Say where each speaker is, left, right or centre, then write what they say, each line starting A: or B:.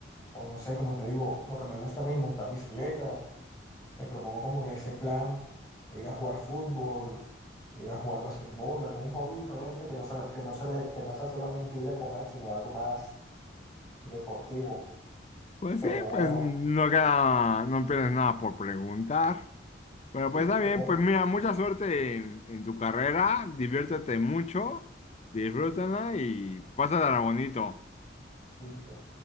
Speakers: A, on the left; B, on the left.
A: o no sé, como te digo, lo que me gusta a mí, montar bicicleta les propongo como que ese plan, o ir a jugar fútbol, ir a jugar basquetbol, algún hobby diferente que no sea, que no se le- que no sea solamente ir a comer, sino algo más deportivo.
B: Pues
A: Pero
B: sí,
A: bueno,
B: pues no queda, no pierdes nada por preguntar. Pero
A: sí,
B: pues
A: sí,
B: está
A: total.
B: bien, pues mira, mucha suerte en, en tu carrera, diviértete mucho, disfrútala y pásala bonito.
A: Listo.